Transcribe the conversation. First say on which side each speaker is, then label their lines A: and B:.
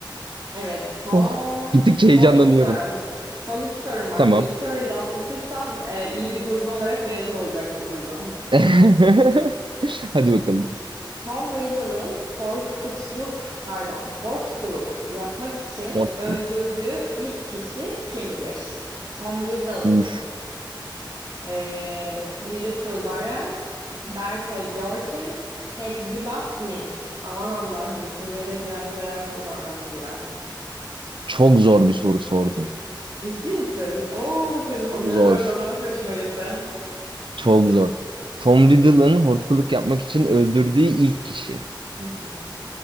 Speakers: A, on the right (about 45°); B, on the right (about 80°).
A: Evet, son
B: Oh, gittikçe
A: son
B: heyecanlanıyorum.
A: iki sorum. Son iki sorum bak.
B: Tamam.
A: Bu iki soruyu da atlatırsan e, iyi bir gurme olarak mezun olacaksın buradan.
B: <laughs> Hadi bakalım.
A: Tom Riddle'ın Horkutluk, pardon, Hortkuluk yapmak için
B: Hortculus.
A: öldürdüğü ilk kişi kimdir? Tom Riddle
B: Uf,
A: e, Myrtle Varen, Berta Jorkins, Hepzibah Smith. Aman Allah'ım isimleri telaffuz ederken zorlandım biraz.
B: çok zor bir soru sordum.
A: Ciddi misin? Oo senin
B: Çok
A: sonlara
B: zor.
A: doğru zorlamak hoşuma gitti.
B: Çok zor. Tom Riddle'ın hortkuluk yapmak için öldürdüğü ilk kişi.
A: <laughs>